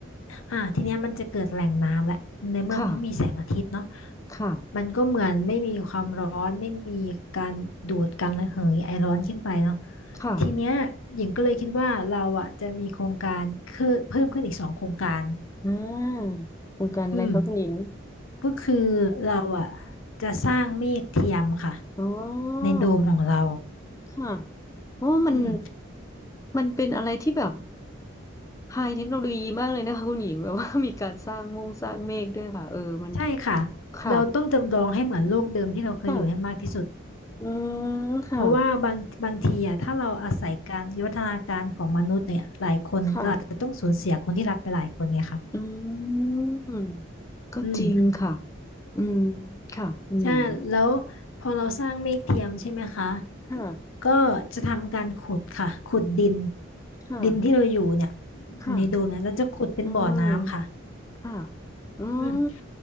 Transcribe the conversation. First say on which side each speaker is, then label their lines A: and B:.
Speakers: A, on the left; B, on the left.
A: อ่าทีเนี้ยมันจะเกิดแหล่งน้ำแหละในเมื่อมันไม่มีแสงอาทิตย์เนาะ
B: ค่ะค่ะ
A: มันก็เหมือนไม่มีความร้อนไม่มีการดูดการระเหยไอร้อนขึ้นไปเนาะ
B: ค่ะ
A: ทีเนี้ยหญิงก็เลยคิดว่าเราอ่ะจะมีโครงการคือเพิ่มขึ้นอีกสองโครงการ
B: อ่าโครงการอะไรคะคุณหญิง
A: อืมก็คือเราอ่ะจะสร้างเมฆเทียมค่ะ
B: อ๋อ
A: ในโดมของเรา
B: ค่ะโอ้มัน
A: อืม
B: มันเป็นอะไรที่แบบไฮเทคโนโลยีมากเลยนะคะคุณหญิงแบบว่ามีการสร้างมงสร้างเมฆด้วยค่ะเออมัน
A: ใช่ค่ะ
B: ค่ะ
A: เราต้องจำลองให้เหมือนโลกเดิมที่เราเคยอยู่ให้มากที่สุด
B: ค่ะอืมค่ะ
A: เพราะว่าบางบางทีอ่ะถ้าเราอาศัยการวิวัฒนาการของมนุษย์เนี่ยหลายคนเราอาจจะต้องสูญเสียคนที่รักไปหลายคนไงค่ะ
B: ค่ะ อืมก็จริงค่ะ
A: อืม
B: อืมค่ะคุณหญิง
A: ใช่แล้วพอเราสร้างเมฆเทียมใช่ไหมคะ
B: ค่ะ
A: ก็จะทำการขุดค่ะ ขุดดิน
B: ค่ะ
A: ดินที่เราอยู่เนี่ย
B: ค่ะ
A: ในโดมเนี่ยเราจะขุดเป็นบ่อน้ำค่ะ
B: อืมค่ะอืม
A: อืม